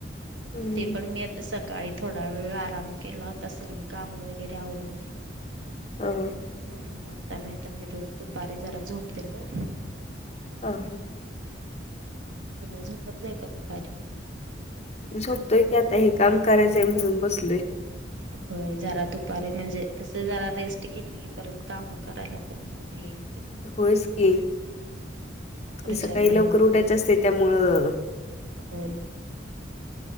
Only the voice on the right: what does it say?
ते पण मी आता तर सकाळी थोडा वेळ आराम केला होता सगळी कामं वगैरे अवरून.
ह आता नाही तर मी रोज दुपारी जरा झोपते ना.
तुम्ही झोपत नाही का दुपारी.
होय जरा दुपारी म्हणजे तस जरा रेस्ट घेतली परत काम करायला पण हो हे.
ऊर्जा
मिळते
होय.